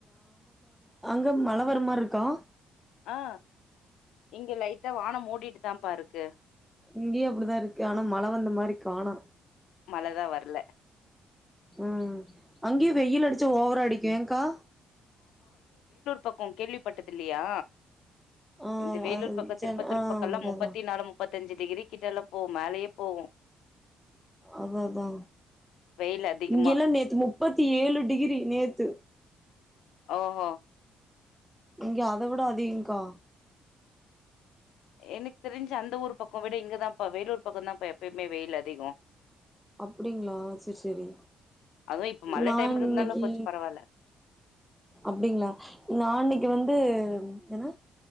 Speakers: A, in the centre; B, on the left (about 85°).
A: க்கா மழை வர மார்ருக்கா
B: ஆ இங்க லைட் ட வானம் மூடிட்டு தாம்ப்பா இருக் க்கு
A: இங்கையு அப்டிதா இருக்கு ஆனா மழை வந்த மாரி காணோ
B: மழதா வர்ல
A: ஆ அங்கயு வெயில் அடிச்சா ஓவரா அடிக்கு ஏங்க்கா
B: பக்க கேள்விப்பட்டதில்லையா
A: ஆ
B: இந்த வேலூர்
A: அது
B: பக்க
A: சென்
B: திருப்பத்துர்
A: ஆ
B: பக்கல்லா
A: அதா
B: முப்பத்தி
A: அதா
B: நாலு முப்பத் முப்பத்திஞ்சி டிகிரி கிட்டல போவு மேலேயே போவு
A: அதா அதா
B: வெயில் அதிகமா
A: இங்கெல்லா நேத்து முப் முப்பத்தி ஏழு டிகிரி நேத்து
B: ஓஹோ
A: இங்க அத விட அதிகங்க்கா
B: எனக்கு தெரிஞ்சி அந்த ஊர் பக்க விட இங்கதாப்பா வேலூர் பக்கந்தாப்பா எப்பையுமே வெயில் அதிக
A: அப்டிங்களா செரி செரி
B: அதுவு இப்ப மழ
A: நா
B: டைம்
A: இன்னைக்கி
B: இருந்தாலு கொஞ்ச பரவாயில்ல
A: அப்டிங்களா நா இன்னைக்கு வந்து என்னா